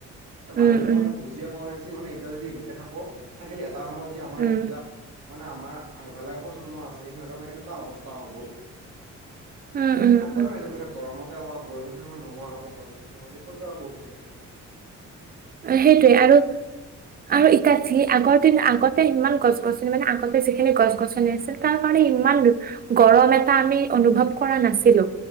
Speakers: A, on the right (about 60°); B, on the right (about 30°).
A: ত মানুহ
B: উম
A: বিলাক
B: উম
A: মানে বুজিয়ে পোৱা নাই যে মানে এতিয়া যদি থাকো থাকিলে এটা সময়ত যে আমাৰ
B: উম
A: যিবিলাক মানে আমাৰ আইভ লগা প্ৰজন্ম আছে সিহঁতৰ মানে অৱস্থা হ'ব
B: উম উম
A: ভাবিবানো
B: উম
A: আহি যাব এ গৰমত বৰষণ চৰষুণ নোহোৱা হব বৰচী নহ'লে ক পাব অক্সিজেন সিহতে
B: সেইটোৱে আৰু আৰু ইতিয়া যি আগত আগতে ইমান গছ গছনি মানে আগতে যিখিনি গছ গছনি আছিল তাৰ কাৰণে ইমান গৰমে এটা আমি অনুভৱ কৰা নাছিলো